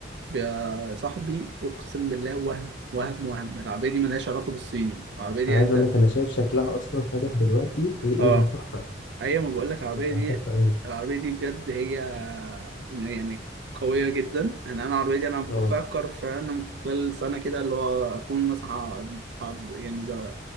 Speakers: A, on the right; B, on the left.
A: يا صاحبي اقسم بالله وهم وهم وهم العربيه دي ملهاش علاقه بالصيني العربيه دي
B: انا
A: يعني
B: عايز
A: انت
B: اقول لك انا شايف شكلها اصلا فاتح دلوقتي ايه
A: اه
B: ايه ده تحفه
A: ايوه ما بقول لك العربيه
B: شكلها
A: دي
B: تحفه قوي
A: العربيه دي بجد هي يعني قويه جدا انا انا العربيه دي انا بفكر
B: اه
A: فعلا في خلال سنه كده اللي هو اكون مثلا ح- ح- يعني زي-